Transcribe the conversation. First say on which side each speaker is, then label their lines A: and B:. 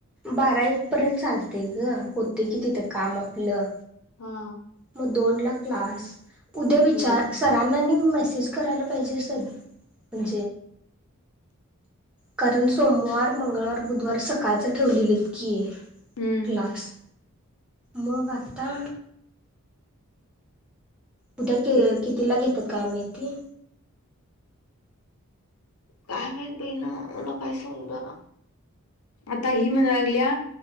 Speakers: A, in the centre; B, on the left.
A: बारा एक पर्यंत चालते गं होते कि तिथं काम आपलं
B: हा.
A: मगं दोन ला क्लास उद्या विचार
B: होय
A: सरांना म्ह करायला पाहिजे म्हण कारण सोमवार, मंगळवार, बुधवार सकाळचं ठेवलेलंत कि
B: हम्म
A: क्लास मगं आता उद्या
B: हे काय
A: कितीला घेतात काय माहिती?
B: काय माहित बाई ना मला काय समजना आता हि म्हणालागल्या